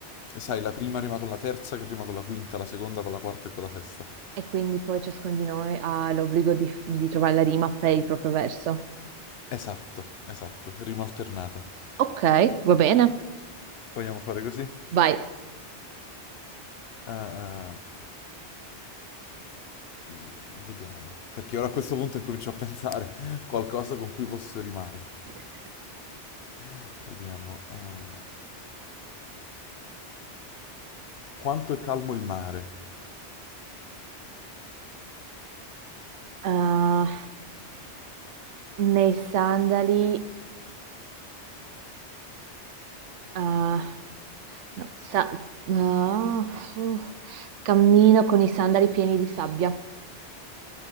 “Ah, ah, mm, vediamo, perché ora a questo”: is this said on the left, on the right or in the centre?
Left